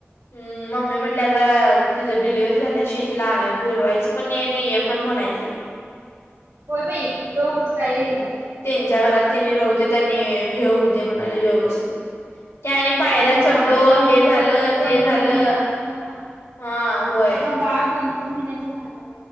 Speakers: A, on the left; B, on the right.
A: हम्म मम्मी म्हटल्या आ तिझं डिलिवरी झाल्या शिवाय आण बोलवायचं पण नाही आणि ये पण म्हणायचं नाही.
B: होय बाई कुठं उगाच काय हे.
A: त्यांच्या घरात त्यांनी राहू दे त्यांनी हे होऊ दे म्हणाले व्यवस्थित. ते आणि पायऱ्या
B: पण
A: चढलो
B: बाळ जरा
A: हे
B: मोठं
A: झालं
B: दोन
A: ते झालं.
B: तीन महिन्याच हा.
A: हा होय!
B: ते पण बाळ दोन तीन महिन्यांच झाल्यावर